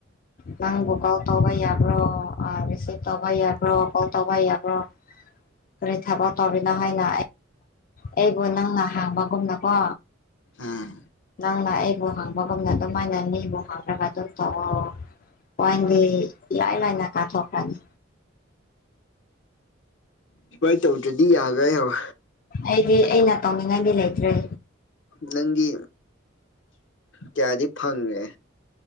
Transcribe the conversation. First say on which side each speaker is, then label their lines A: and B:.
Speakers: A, on the left (about 45°); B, on the left (about 65°).
A: ꯅꯪꯕꯨ
B: ꯎꯝ
A: ꯀꫭ‌ꯜ ꯇꯧꯕ ꯌꯥꯕ꯭ꯔꯣ ꯑ ꯔꯤꯁꯞ ꯇꯧꯕ ꯌꯥꯕ꯭ꯔꯣ ꯀꫭꯜ ꯇꯧꯕ ꯌꯥꯕ꯭ꯔꯣꯔꯤ ꯈꯨꯔꯦꯟ ꯊꯕꯛ ꯇꯧꯔꯤꯅꫭ ꯍꯥꯏꯅ ꯑꯩꯕꯨ ꯅꯪꯅ ꯍꯥꯡꯕꯒꯨꯝꯅꯀꯣ
B: ꯑꯥ
A: ꯅꯪꯅ ꯑꯩꯕꯨ ꯍꯥꯡ ꯃꯥꯒꯨꯝꯅ ꯑꯗꯨꯃꯥꯏꯅ ꯃꯤꯕꯨ ꯍꯪꯔꯒ ꯑꯗꯨꯝ ꯇꯧꯋꫭ ꯄꫭꯏꯟꯗꯤ ꯏꯔꯥꯏ ꯂꯥꯏꯅ ꯀꯥꯊꯣꯛꯈ꯭ꯔꯅꯤ
B: ꯁꯤꯃꯥꯏ ꯇꯧꯗ꯭ꯔꯗꯤ ꯌꯥꯗ꯭ꯔꯦꯕ
A: ꯑꯩꯗꯤ ꯑꯩꯅ ꯇꯧꯅꯤꯡꯉꯥꯏꯗꯤ ꯂꯩꯇ꯭ꯔꯦ
B: ꯅꯪꯗꯤ ꯀꯌꯥꯗꯤ ꯐꯪꯒ꯭ꯔꯦ